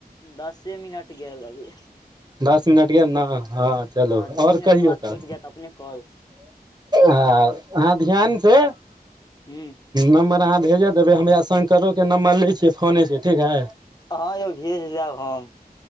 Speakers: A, on the left (about 25°); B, on the right (about 25°).
A: दसे मिनट गेल अभी।
B: दस मिनट गेल ने, हँ चलो
A: हँ दू
B: आओर
A: मिनट
B: कहियौ
A: के बाद
B: त?
A: कटि जायत अपने कॉल
B: आ अहाँ ध्यान से <inaudible>
A: हुँ।
B: नम्बर अहाँ भेजे देबै, हमरा शंकरो के नम्बर लै छियै फोने सँ ठीक है।
A: हँ यौ भेज देब हम,